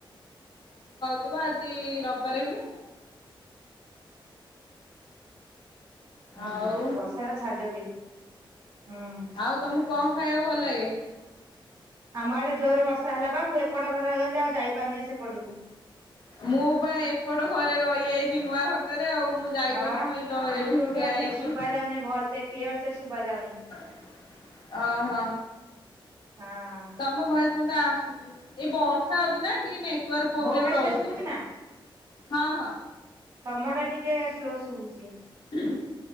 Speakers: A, on the left; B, on the right.
A: ଥିବ ଆଜି ରବିବାରେ ବି।
B: ହୁଁ
A: ଆଉ
B: ହୁଁ ବର୍ଷାଟା ଛାଡି ଯାଉ ଟିକେ। ହୁଁ।
A: ଆଉ ତମକୁ କଣ ଖାଇବାକୁ ଭଲ ଲାଗେ?
B: ଆମ ଆଡ଼େ ଜୋରେ ବର୍ଷା ହେଲା ବା ମୁଁ ଏପଟ ଘରେ <unintelligible> ଆଉ ଯାଇପାରୁ ନେଇ ସେପଟକୁ।
A: ମୁଁ ବା ଏପଟ ଘରେ ରହିଯାଇଛି ନୂଆ ଘରଟା ରେ ଆଉ ମୁଁ ଯାଇପାରୁନି
B: ହଁ ବା।
A: ମୁଁ ଏଇ ଦ ଏଇଠି
B: ମୁଁ ଯୋଉଠି
A: ଠିଆ
B: ଅଛି
A: ହେଇଚି।
B: ଶୁଭା ଯାଉନି ଭଲ ସେ କ୍ଲିୟର ସେ ଶୁଭା ଯାଉନି
A: ଅ ହୋ।
B: ହଁ।
A: ତମ ଭଏସ୍ ମତେ ଆସୁନି ଏଇ ବର୍ଷା ହଉଛି ନା ଟିକେ ନେ ଟୱାର୍କ ପ୍ରୋବ୍ଲେମ୍
B: ମୋ ଭଏସ
A: ରହୁଚି,
B: ଟା ଶୁଭୁଛି ନା
A: ହଁ ହଁ।
B: ତମର ଟିକେ ସ୍ଲୋ ଶୁଭୁଛି।
A: ଉଁହୁ।